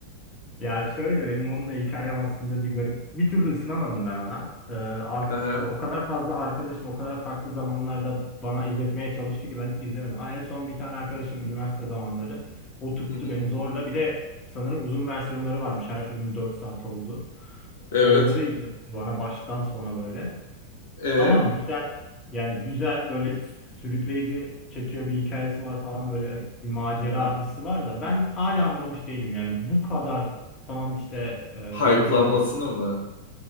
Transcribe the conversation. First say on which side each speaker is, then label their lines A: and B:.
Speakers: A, on the left (about 30°); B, on the left (about 60°).
A: Ya şöyle benim onunla hikayem aslında bir garip. Bir türlü ısınamadım ben ona. Ee, arka,
B: Hı hı.
A: abi o kadar fazla arkadaşım o kadar farklı zamanlarda bana izletmeye çalıştı ki ben hiç izlemedim. Ama en son bir tane arkadaşım üniversite zamanları oturttu
B: Hı hı.
A: beni zorla. Bir de sanırım uzun versiyonları varmış. Her filmin 4 saat oldu.
B: Evet.
A: Onları izletti bana baştan sona böyle.
B: E,
A: Tamam güzel. Yani güzel böyle s- sürükleyici çekiyor bir hikayesi var falan böyle bir macera
B: aha.
A: hissi var da ben hala anlamış değilim yani bu kadar tamam işte e,
B: Hype'lanmasını
A: neydi yazarı?
B: mı?